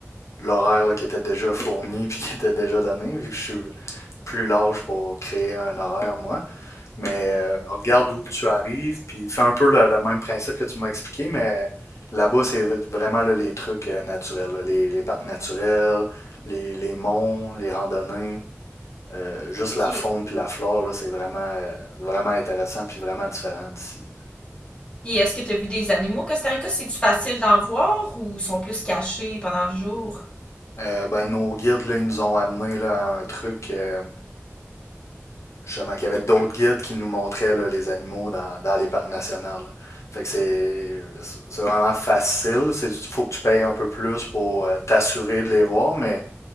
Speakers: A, on the left; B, on the left.
A: l'horaire là, qui était déjà fourni <laughs> puis qui était déjà donné, vu que je suis plus large pour créer un horaire, moi. Mais euh, regarde d'où tu arrives, puis fais un peu le, le même principe que tu m'as expliqué, mais là-bas, c'est vraiment là, les trucs euh, naturels, là, les, les parcs naturels, les, les monts, les randonnées, euh, juste
B: OK.
A: la faune puis la flore, là, c'est vraiment, euh, vraiment intéressant puis vraiment différent d'ici.
B: Et est-ce que tu as vu des animaux au Costa Rica? C'est-tu facile d'en voir ou sont plus cachés pendant le jour?
A: Euh, ben, nos guides, là, ils nous ont amené là, à un truc. euh, justement, qu'il y avait d'autres guides qui nous montraient là, les animaux dans, dans les parcs nationaux. Fait que c'est c'est vraiment facile. Il faut que tu payes un peu plus pour euh, t'assurer de les voir, mais